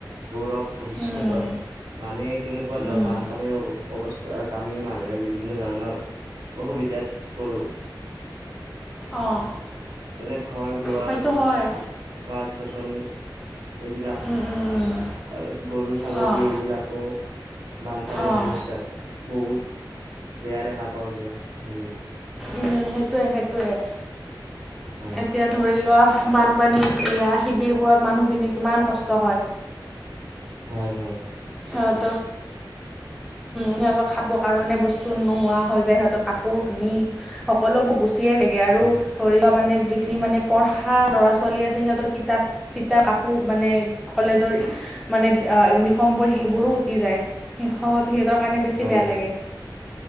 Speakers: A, on the right; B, in the centre.
A: গৌৰৱ। ভৱিষ্যতৰ,
B: উম,
A: মানে কেনেকুৱা ধৰা
B: উম।
A: বানপানীৰ অ-অৱস্থাত আমি মানুহে বিভিন্ন ধৰণৰ অসুবিধাত পৰো।
B: অঁ
A: যেনে ঘৰ-দুৱাৰ,
B: সেইটো হয়
A: গাছ-গছনি এইবিলাক,
B: উম উম উম
A: তাৰপিছত গৰু, ছাগলী
B: অঁ
A: এইবিলাকো বানপানীৰ
B: অঁ
A: সমস্যাত বহুত বেয়া দেখা পাওঁ যে, আমি
B: উম, সেইটোৱে সেইটোৱে।
A: হয়
B: এতিয়া ধৰি লোৱা বানপানীত, এয়া শিবিৰবোৰত মানুহখিনিৰ কিমান কষ্ট হয়।
A: হয় হয়।
B: <unintelligible> সিহঁত খাবৰ কাৰণে বস্তু নোহোৱা হৈ যায় সিহঁতৰ কাপোৰ কিনি সকলোবোৰ গুচিয়ে লাগে আৰু
A: হয়
B: ধৰি লোৱা মানে যিখিনি মানে পঢ়া ল'ৰা ছোৱালী আছে সিহঁতৰ কিতাপ চিতা কাপোৰ মানে কলেজৰ মানে ইউনিফৰ্মবোৰ সেইবোৰো উটি যায় শেষত। ত সিহঁতৰ কাৰণে বেছি
A: হয়
B: বেয়া লাগে
A: হয়